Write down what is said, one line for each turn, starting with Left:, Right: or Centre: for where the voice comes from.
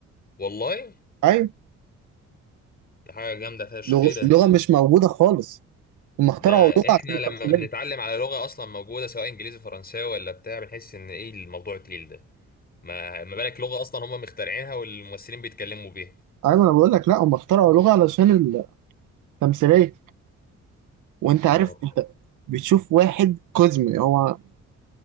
Left: والله
Right: ايوه
Left: دي حاجه جامده فشخ
Right: لغ-
Left: ايه ده
Right: لغه مش موجوده خالص هم
Left: ده
Right: اخترعوا لغه
Left: احنا لما
Right: تمثيليه
Left: بنتعلم على لغه اصلا موجوده سواء انجليزي فرنساوي ولا بتاع بنحس ان ايه الموضوع التقيل ده ما ما بالك لغه اصلا هم مخترعينها والممثلين بيتكلموا بيها
Right: ايوه انا بقول لك لا هم اخترعوا لغه علشان التمثيليه وانت
Left: يا
Right: عارف
Left: نهار
Right: انت بتشوف واحد كوزمي هو